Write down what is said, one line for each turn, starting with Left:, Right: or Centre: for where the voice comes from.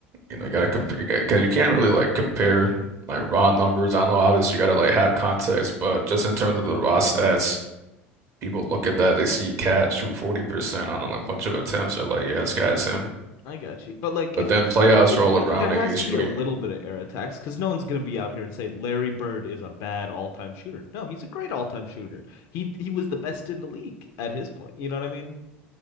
Right: you know, you gotta compare because you can't really like compare like raw numbers. I know obviously you gotta like have context, but just in terms of the raw stats, people look at that, they see Cat shoot 40% on like a like, bunch of attempts, they're like, yeah, this guy's him.
Left: I got you. But like
Right: But
Left: if
Right: then playoffs
Left: <sighs> we, we
Right: roll around
Left: there has
Right: and he's
Left: to
Right: shooting.
Left: be a little bit of air attacks because no one's gonna be out here and say Larry Bird is a bad all-time shooter. No, he's a great all-time shooter. He he was the best in the league at his point. You know what I mean?